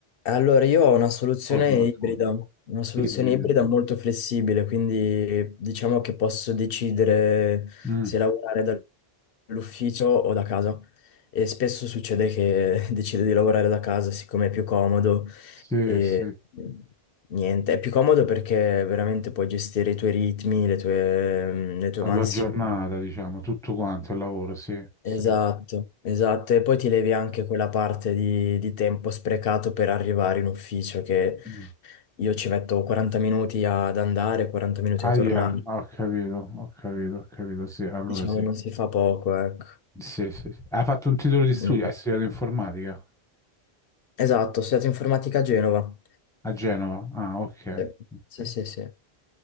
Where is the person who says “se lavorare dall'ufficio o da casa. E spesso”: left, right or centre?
Left